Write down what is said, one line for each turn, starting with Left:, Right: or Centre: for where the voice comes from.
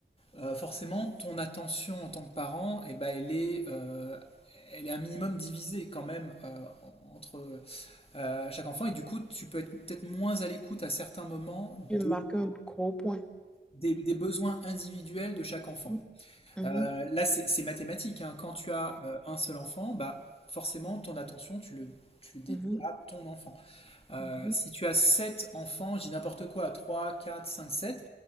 Left: euh, forcément, ton attention en tant que parent, eh ben, elle est, euh, elle est un minimum divisée quand même euh, en- entre euh, chaque enfant, et du coup, tu peux être peut-être moins à l'écoute à certains moments
Centre: Tu marques
Left: des
Centre: un gros point.
Left: des- des besoins individuels de chaque enfant.
Centre: mhm, Mhm,
Left: Euh, là, c'est c'est mathématique, hein. Quand tu as euh, un seul enfant, bah, forcément, ton attention, tu le, tu le dédies
Centre: mhm,
Left: à ton enfant. Euh,
Centre: mhm,
Left: si tu as sept enfants, je dis n'importe quoi, 3, 4, 5, 7,